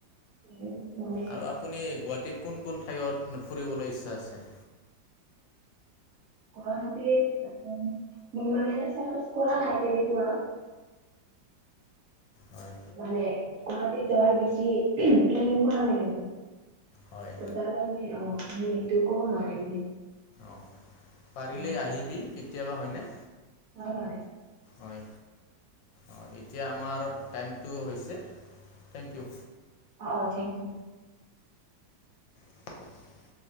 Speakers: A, on the right; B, on the left.
A: <unintelligible>
B: আৰু আপুনি গুৱাহাটীত কোন-কোন ঠাইত ফুৰিবলৈ ইচ্ছা আছে?
A: গুৱাহাটীত অ', মোৰ মানে <unintelligible> কোৱা নাই তেনেকুৱা।
B: হয়।
A: মানে গুৱাহাটীত যোৱাৰ বেছি প্লানিং কৰা নাই আৰু।
B: হয়
A: ত' তাৰ কাৰণে অ', সেইটো ক'ব নোৱাৰিম।
B: অ', পাৰিলে
A: অ
B: আহিবি, কেতিয়াবা হয়নে?
A: হয়।
B: হয়, অ', এতিয়া আমাৰ টাইমটো হৈছে থেংক ইউ।
A: অ', অ', থেংক ইউ।
B: <inaudible>